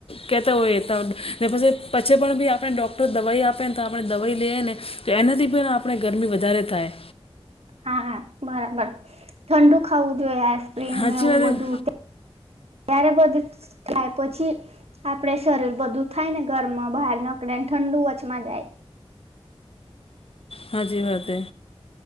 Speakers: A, on the left; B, on the right.
A: કહેતા હોય ત ને પ પછી પણ બી આપણેને ડૉક્ટરો દવાઈ આપે ને તો આપણે દવાઈ લઈએ ને. તો એનાથી પણ આપણે ગરમી વધારે થાય.
B: હા બરાબર ઠંડુ ખાવું જોઈએ આઈસ્ક્રીમ
A: સાચી
B: એવું
A: વાત
B: બધું. ત્યારે બધી થાય પછી. આપણે શરીર બધું થાય ને ગરમમાં બહાર નીકળી ને ઠંડુ વચમાં જાય
A: હાચી વાત હે.